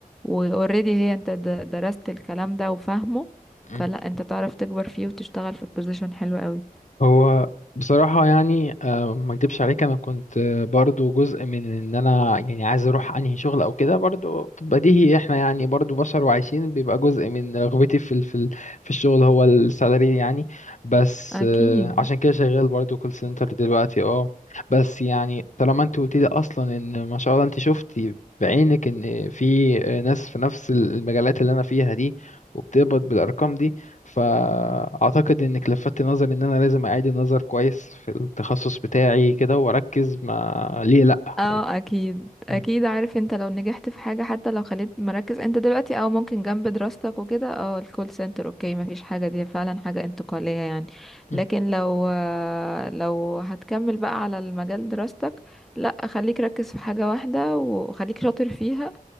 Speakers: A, in the centre; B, on the left.
A: اوريدي هي انت د- درست الكلام ده وفاهمه
B: مم.
A: فلا انت تعرف تكبر فيه وتشتغل في بوزيشن حلو قوي
B: هو بصراحة يعني آه، ما اكدبش عليك انا كنت آه، برضو جزء من ان انا يعني عايز اروح انهي شغل او كده برضو بديهي احنا يعني برضو بشر وعايشين بيبقى جزء من رغبتي في ال- في ال- في الشغل هو السالري يعني بس
A: اكيد
B: آه، عشان كده شغال برضو كول سنتر دلوقتي اه بس يعني طالما انت قلت لي اصلا ان ما شاء الله انت شفتي بعينك ان في آه، ناس في نفس المجالات اللي انا فيها دي وبتقبض بالارقام دي فأعتقد إنك لفتت نظري إن أنا لازم أعيد النظر كويس في التخصص بتاعي كده وأركز ما ليه لأ
A: اه اكيد
B: م-
A: اكيد عارف انت لو نجحت في حاجة حتى لو خليت مركز انت دلوقتي او ممكن جنب دراستك وكده اه الكول سنتر اوكي مفيش حاجة دي فعلا حاجة انتقالية يعني
B: م-
A: لكن لو آه، لو هتكمل بقى على المجال دراستك لا خليك ركز في حاجة واحدة وخليك شاطر فيها